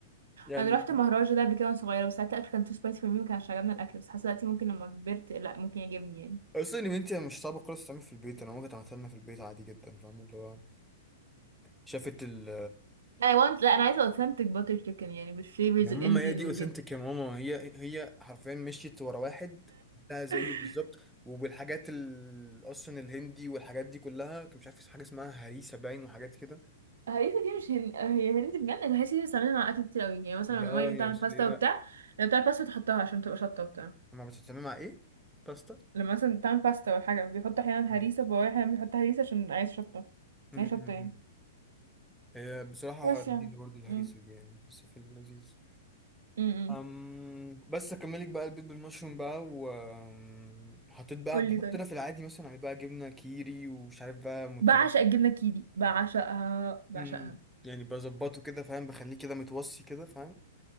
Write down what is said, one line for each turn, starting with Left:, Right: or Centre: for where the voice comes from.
Centre: يعني
Right: انا رحت مهرجان ده قبل كده وانا صغيره بس ساعتها الاكل كان تو سبايسي فور مي ما كانش عجبنا الاكل بس حاسه دلوقتي ممكن لما كبرت لا ممكن يعجبني يعني
Centre: اصلا ان انت مش صعبه خالص تعمل في البيت انا ممكن عملتها لنا في البيت عادي جدا فاهم اللي هو شافت ال
Right: انا want لا انا عايزه اوثنتك باتر تشيكن يعني بالفليفرز
Centre: يا ماما
Right: الانديان
Centre: ما هي دي
Right: وكده
Centre: اوثنتيك يا ماما هي هي حرفيا مشيت ورا واحد ده زيه
Right: <laughs>
Centre: بالظبط وبالحاجات ال- اصلا الهندي والحاجات دي كلها كان مش عارف في حاجه اسمها هريسه باين وحاجات كده
Right: هريسة دي مش هن... هي هندي بجد الهريسة دي بتستعملها مع أكل كتير أوي يعني مثلا
Centre: هي
Right: لما
Centre: اه
Right: مامي
Centre: هي
Right: بتعمل
Centre: أصل
Right: باستا
Centre: هي
Right: وبتاع لما بتعمل باستا تحطها عشان تبقى شطة وبتاع
Centre: ما بتتعمل مع ايه باستا
Right: لما مثلا بتعمل باستا ولا حاجة بيحط أحيانا
Centre: مم.
Right: هريسة بابايا أحيانا بيحط هريسة عشان عايز شطة
Centre: مم،
Right: عايز شطة
Centre: مم.
Right: يعني
Centre: مم. هي بصراحه
Right: بس
Centre: لذيذه
Right: يعني
Centre: برضو الهريسه
Right: امم
Centre: دي يعني بس في اللذيذ
Right: امم
Centre: أم بس اكملك بقى البيض بالمشروم بقى وحطيت بقى
Right: قولي
Centre: بحط
Right: طيب
Centre: انا في العادي مثلا عليه بقى جبنه كيري ومش عارف بقى موتزاريلا
Right: بعشق الجبنة الكيري بعشقها بعشقها
Centre: مم. يعني بظبطه كده فاهم بخليه كده متوصي كده فاهم